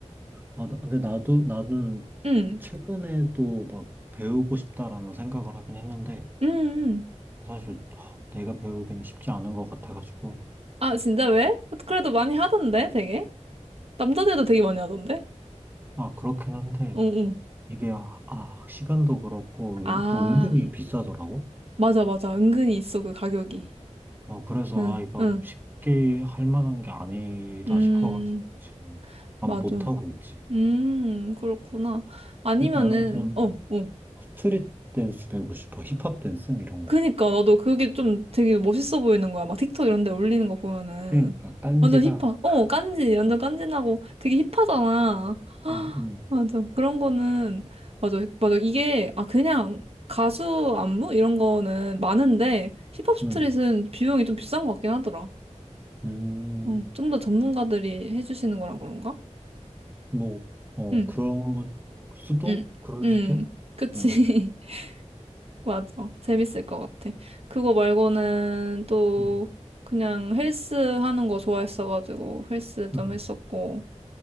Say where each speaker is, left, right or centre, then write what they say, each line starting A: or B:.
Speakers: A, on the right (about 15°); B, on the right (about 55°).
A: 아, 나- 근데 나도, 나는
B: 음,
A: 최근에도 막 배우고 싶다라는 생각을 하긴 했는데,
B: 음, 음.
A: 사실 아, 내가 배우기는 쉽지 않은 것 같아가지고.
B: 아, 진짜 왜? 그래도 많이 하던데, 되게? 남자들도 되게 많이 하던데?
A: 아, 그렇긴 한데,
B: 응, 응.
A: 이게, 아, 아, 시간도 그렇고,
B: 아,
A: 이게 또 은근히 비싸더라고.
B: 맞아, 맞아. 은근히 있어, 그 가격이.
A: 어, 그래서,
B: 응,
A: 아, 이거
B: 응.
A: 쉽게 할 만한 게 아니다
B: 음,
A: 싶어가지고, 지금, 안
B: 맞아.
A: 못하고 있지.
B: 음, 그렇구나. 아니면은,
A: 근데 나는 좀,
B: 어, 어.
A: 스트릿 댄스 배우고 싶어. 힙합 댄스 이런
B: 그니까
A: 거.
B: 나도 그게 좀 되게 멋있어 보이는 거야. 막 틱톡 이런 데 올리는 거 보면은
A: 그러니까 딴지가
B: 완전 힙한. 어, 깐지. 완전
A: 뭐,
B: 깐지나고 되게 힙하잖아. <gasps>
A: 음, 음,
B: 맞아. 그런 거는 맞아. 맞아. 이게 아 그냥 가수 안무 이런 거는 많은데 힙합 스트릿은
A: 음,
B: 비용이 좀 비싼 것 같긴 하더라.
A: 음,
B: 어, 좀 더 전문가들이 해주시는 거라 그런가?
A: 뭐, 어,
B: 응,
A: 그런 수도?
B: 응,
A: 그럴
B: 응.
A: 수도?
B: 그치.
A: 음,
B: <laughs> 맞아. 재밌을 것 같아. 그거 말고는 또
A: 음,
B: 그냥 헬스 하는 거 좋아했어가지고 헬스 좀
A: 음,
B: 했었고